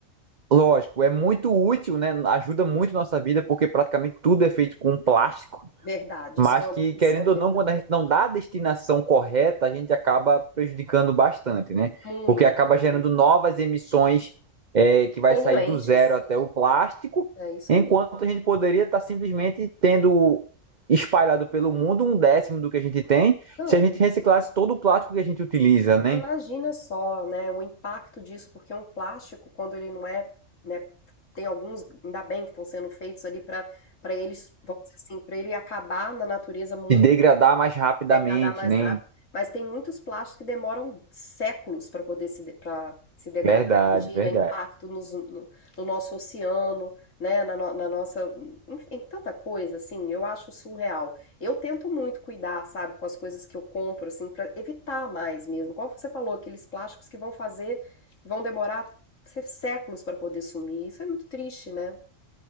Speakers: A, on the right (about 40°); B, on the left (about 75°).
A: Lógico, é muito útil, né? Ajuda muito nossa vida, porque praticamente tudo é feito com plástico.
B: verdade,
A: Mas
B: isso é um,
A: que,
B: isso
A: querendo
B: é um
A: ou
B: pecado.
A: não, quando a gente não dá a destinação correta, a gente acaba prejudicando bastante, né?
B: Muito.
A: Porque acaba gerando novas emissões, é, que vai
B: Poluentes,
A: sair do zero até o plástico,
B: é é isso
A: enquanto
B: aí.
A: a gente poderia estar simplesmente tendo espalhado pelo mundo um décimo do que a gente tem,
B: Não.
A: se a gente reciclasse todo o plástico que a gente utiliza, né?
B: Imagina só, né, o impacto disso, porque um plástico, quando ele não é, né, tem alguns, ainda bem que estão sendo feitos ali para para eles, vamos dizer assim, para ele acabar na natureza muito
A: Se degradar mais rapidamente,
B: se degradar mais
A: né?
B: rápido. Mas tem muitos plásticos que demoram séculos para poder se, para se degradar.
A: Verdade,
B: Imagina,
A: verdade.
B: impacto nos- no, no nosso oceano, né? Na, no- na nossa. Enfim, em tanta coisa, assim, eu acho surreal. Eu tento muito cuidar, sabe, com as coisas que eu compro, assim, para evitar mais mesmo. Como você falou, aqueles plásticos que vão fazer, que vão demorar sé- séculos para poder sumir. Isso é muito triste, né?